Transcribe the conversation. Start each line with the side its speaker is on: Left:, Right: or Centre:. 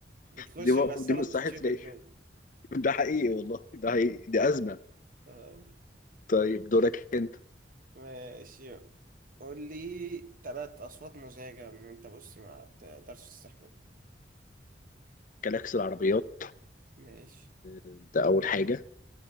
Right: بتخش
Left: دي
Right: الغسالة
Left: دي مستحيل
Right: بتتشفط
Left: تلاقيها
Right: جوه
Left: ده حقيقي والله ده حقيقي دي ازمه
Right: آه،
Left: طيب دورك انت
Right: ماشي قول لي تلات أصوات مزعجة إن أنت بص ما بتقدرش تستحمل
Left: كلاكس العربيات
Right: ماشي
Left: ده اول حاجه